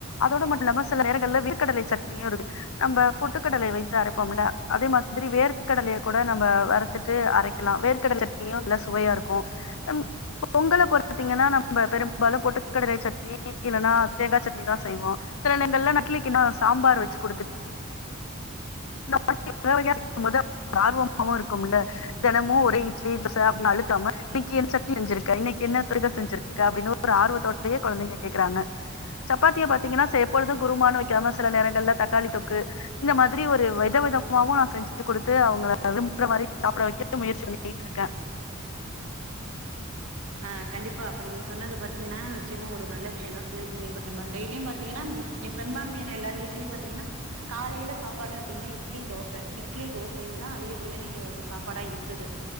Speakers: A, on the left; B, on the right.
A: அதோட மட்டு இல்லாம சில நேரங்கள்ல வேர்க்கடலை சட்னியு இருக்கு நம்ப பொட்டுக்கடலை வைத்து அரைப்போம்ல அதே மாதிரி வேர்க் கடலய கூட நம்ம வருத்துட்டு அரைக்கலா வேர்க்கடல சட்னியு நல்லா சுவையா இருக்கு பொங்கல பொருத்தீங்கன்னா நம்ம பெரும்பாலு பொட்டுக்கடலை சட்னி இல்லனா தேங்கா சட்னி தா செய்வோ சில நேரங்கல்ல இட்லிக்கு நா சாம்பார் வச்சு குடுத்துட் இந்த மாரி வகவகயா வைக்கும் போது ஆர்வமாவு இருக்குமுல்ல தெனமு ஒரே இட்லி தோச அப்டினு அழுத்தாம இன்னைக்கி என்ன சட்னி செஞ்சிருக்க இன்னைக்கி என்ன இப்டிதா செஞ்சுருக் க அப்டின்னு ஒரு ஆர்வத்தோடயே கொழந்தைங்க கேக்குறாங்க சப்பாத்திய பாத்தீங்கன்னா சரி எப்பொழுது குருமானு வைக்காம சில நேரங்கள்ல தக்காளி தொக்கு இந்த மாதிரி ஒரு வித விதமாவு நா செஞ்சு குடுத்து அவுங்கள விரும்புற மாரி சாப்ட வைக்க முயற்சி பண்ணி ருக்கே
B: ஆ கண்டிப்பா அப்ப நீங்க சொன்னது பாத்தீங்கன்னா நிச்சயமா ஒரு நல்ல விஷ்யந்தா சொல்லிருக்கீங்க இப்ப டப்ப டெய்லியு பாத்திங்கன்னா இ பெரும்பான்மையான எல்லாரு வீட்லயு பாத்தீங்கன்னா காலேல சாப்பாடு அப்டினா இட்லி தோச இட்லி தோச இதுதா அதிகப்படியான எ வொ சாப்பாடா இருக்குது